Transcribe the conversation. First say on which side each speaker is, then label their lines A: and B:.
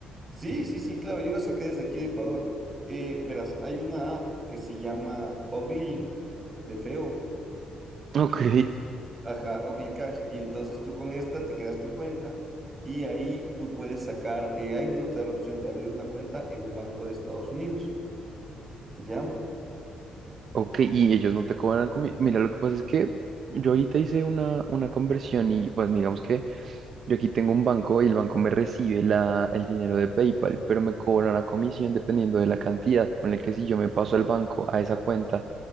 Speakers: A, on the right; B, on the right.
A: Sí, sí, sí, claro. Yo la saqué desde aquí de Ecuador. Eh, verás, hay una app que se llama Ogli, de feo.
B: Ok.
A: Ajá, Ogli Cash. Y entonces tú con esta te creas tu cuenta y ahí tú puedes sacar, eh, ahí mismo te da la opción de abrir una cuenta en un banco de Estados Unidos. ¿Ya?
B: Ok, y ellos no te cobran comida. Mira, lo que pasa es que yo ahorita hice una, una conversión y pues digamos que yo aquí tengo un banco y el banco me recibe la, el dinero de PayPal, pero me cobra una comisión dependiendo de la cantidad. Ponle que si yo me paso al banco a esa cuenta